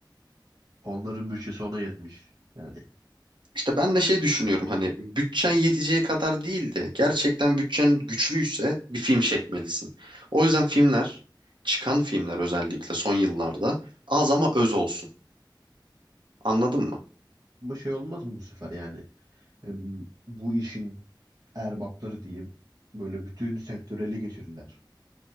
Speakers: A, on the right; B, on the right.
A: Onların bütçesi ona yetmiş. Yani
B: İşte ben de şey düşünüyorum hani bütçen yeteceği kadar değil de gerçekten bütçen güçlüyse bir film çekmelisin. O yüzden filmler çıkan filmler özellikle son yıllarda az ama öz olsun. Anladın mı?
A: ama şey olmaz mı bu sefer yani? Em, bu işin erbapları diyeyim. Böyle bütün sektörü ele geçirirler.